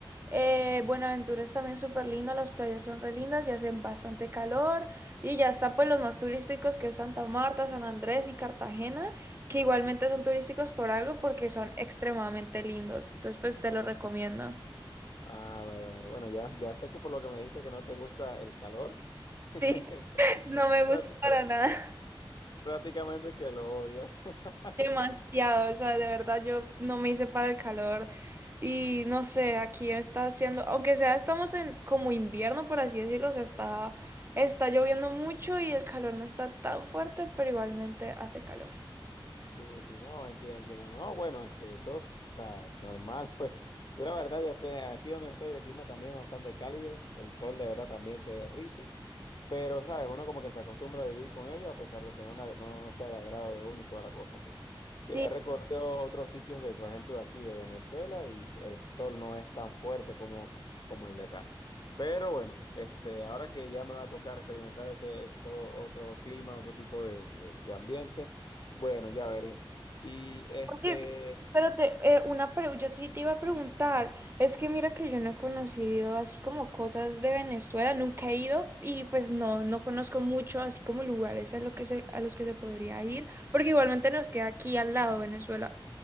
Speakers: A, on the right; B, on the left.
A: eh, Buenaventura es también súper lindo, las playas son re lindas y hacen bastante calor, y ya están pues los más turísticos que es Santa Marta, San Andrés y Cartagena que igualmente son turísticos por algo porque son extremadamente lindos. Entonces, pues te lo recomiendo.
B: Ah, vale, vale, vale. Bueno, ya, ya sé que por lo que me dijiste que no te gusta el calor, <laughs>
A: Sí, <laughs> no me gusta
B: prácti-
A: para nada. <laughs>
B: prácticamente que lo odias. <laughs>
A: Demasiado, o sea, de verdad yo no me hice para el calor y no sé, aquí está haciendo, aunque sea estamos en como invierno, por así decirlo, o sea, está, está lloviendo mucho y el calor no está tan fuerte, pero igualmente hace calor.
B: Sí, sí, no, entiendo, entiendo. No, bueno, este, eso es, o sea, normal, <laughs> pues. Yo la verdad, yo estoy aquí donde estoy, el clima también es bastante cálido, el sol de verdad también te derrite, pero, ¿sabes? Uno como que se acostumbra a vivir con ello, a pesar de que no, la- no, no sea de agrado de uno y toda la cosa, pues.
A: Sí,
B: He recorrido otros sitios de, por ejemplo, de aquí, de Venezuela, y el sol no es tan fuerte como, como el de acá. Pero bueno, este, ahora que ya me va a tocar experimentar ese, esto, otro clima, otro tipo de, de de ambiente. Bueno, ya veré. Y este,
A: Oye, espérate, eh, una pre- yo sí te iba a preguntar, es que mira que yo no he conocido así como cosas de Venezuela, nunca he ido y pues no, no conozco mucho así como lugares a, lo que se, a los que se podría ir, porque igualmente nos queda aquí al lado Venezuela.